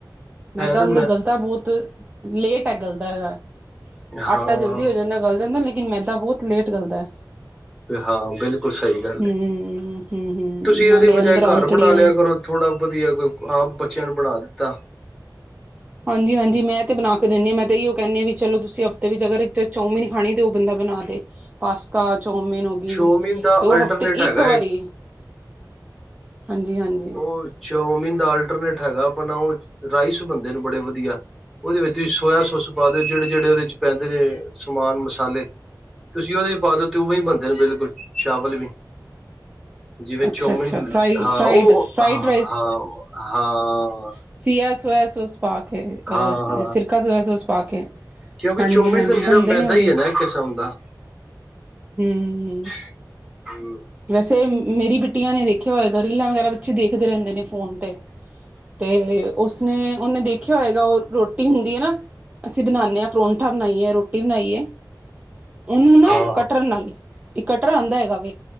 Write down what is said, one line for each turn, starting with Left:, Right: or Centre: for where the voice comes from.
Right: ਮੈਦਾ
Centre: ਹੈ ਤੇ
Right: ਅੰਦਰ ਗਲਦਾ ਬਹੁਤ ਲੇਟ ਐ ਗਲਦਾ। ਆਟਾ
Centre: ਹਾਂ
Right: ਜਲਦੀ ਹੋ ਜਾਂਦਾ, ਗਲ ਜਾਂਦਾ ਲੇਕਿਨ ਮੈਂਦਾਂ ਬਹੁਤ ਲੇਟ ਗੱਲਦੈ।
Centre: ਹਾਂ ਬਿਲਕੁਲ ਸਹੀ ਗੱਲ
Right: ਹਮ
Centre: ਹੈ।
Right: ਹਮ ਹਮ
Centre: ਤੁਸੀਂ
Right: ਨਾਲੇ
Centre: ਉਦੈ ਬਜਾਏ
Right: ਅੰਦਰ
Centre: ਘਰ
Right: ਅੰਤੜੀਆਂ
Centre: ਬਣਾ ਲਿਆ ਕਰੋ। ਥੋੜ੍ਹਾ ਵਧੀਆ, ਕੋਈ ਆਪ ਬੱਚਿਆਂ ਨੂੰ ਪੜ੍ਹਾ ਦਿੱਤਾ।
Right: ਹਾਂਜੀ, ਹਾਂਜੀ ਮੈਂ ਤੇ ਬਣਾ ਰੁੱਕ ਦਿੰਦੀ ਹਾਂ, ਮੈਂ ਤਾਂਹੀ ਉਹ ਕਹਿੰਦੀ ਹਾਂ, ਵੀ ਚਲੋ ਤੁਸੀਂ ਹਫ਼ਤੇ ਵਿੱਚ ਅਗਰ ਇੱਕ ਚੌਮੀਨ ਖਾਣੀ ਤਾਂ ਉਹ ਬੰਦਾ ਬਣਾ ਦੇ। ਪਾਸਤਾ, ਚੌਮਿਨ ਹੋ ਗਈ
Centre: ਚੌਮਿਨ ਦਾ
Right: ਦੋ ਉਹ
Centre: ਅਲਟਰਨੇਟ
Right: ਹਫ਼ਤੇ ਇੱਕ
Centre: ਹੈਗਾ
Right: ਵਾਰੀ। ਹਾਂਜੀ, ਹਾਂਜੀ।
Centre: ਉਹ ਚੋਮੀਨ ਦਾ ਅਲਟਰਨੇਟ ਹੈਗਾ, ਆਪਣਾ ਉਹ ਰਾਈਸ ਬਣਦੇ ਨੇ ਬੜੇ ਵਧੀਆ ਉਹਦੇ ਵਿੱਚ ਵੀ ਸੋਇਆ ਸੋਸ ਪਾ ਦਿਓ, ਜਿਹੜੇ ਜਿਹੜੇ ਉਹਦੇ ਚ ਪੈਂਦੇ ਨੇ ਸਮਾਨ ਮਸਾਲੇ ਤੁਸੀਂ ਉਹਦੇ ਵੀ ਪਾਦੋ ਤੇ, ਉਵੇ ਬਣਦੇ ਨੇ ਬਿਲਕੁਲ ਚਾਵਲ ਵੀ ਜਿਵੇਂ
Right: ਅੱਛਾ-ਅੱਛਾ
Centre: ਚੋਮਿਨ
Right: ਫਰਾਈ
Centre: ਹਾਂ,
Right: ਫਰਾਈਡ
Centre: ਉਹ
Right: ਫਰਾਈਡ
Centre: ਹ ਹਾਂ, ਹਾਂ
Right: ਸਿਆ ਸੋਆ ਸੋਸ ਪਾਕੇ
Centre: ਹਾਂ ਹਾਂ
Right: ਸਿਰਕਾ ਸੋਆ ਸੋਸ ਪਾਕੇ
Centre: ਕਿਉਂਕਿ
Right: ਹਾਂਜੀ,
Centre: ਚੌਮਿਨ
Right: ਹਾਂਜੀ
Centre: ਤਾਂ ਨਿਰਾ
Right: ਬੰਦੇ
Centre: ਮੈਦਾ
Right: ਨੇ ਉਹ ਵੀ
Centre: <inaudible>
Right: ਹਮ
Centre: <inaudible>
Right: ਵੈਸੇ ਮੇਰੀ ਬਿੱਟੀਆਂ ਨੇ ਦੇਖਿਆ ਹੋਏਗਾ, ਰੀਲਾਂ ਵਗੈਰਾ ਬੱਚੇ ਦੇਖਦੇ ਰਹਿੰਦੇ ਨੇ ਫੋਨ ਤੇ ਤੇ ਉਸਨੇ ਉਹਨੇ ਦੇਖਿਆ ਹੋਏਗਾ ਉਹ ਰੋ ਰੋਟੀ ਹੁੰਦੀ ਹੈ ਨਾ, ਅਸੀਂ ਬਣਾਉਂਦੇ ਹਾਂ ਪਰੌਂਠਾ ਬਣਾਈਏ, ਰੋਟੀ ਬਣਾਈਏ ਉਹਨੂੰ ਨਾ
Centre: ਹਾਂ
Right: ਕਟਰ ਨਾਲ ਇਕ ਕਟਰ ਆਉਂਦਾ ਹੈਗਾ ਵ,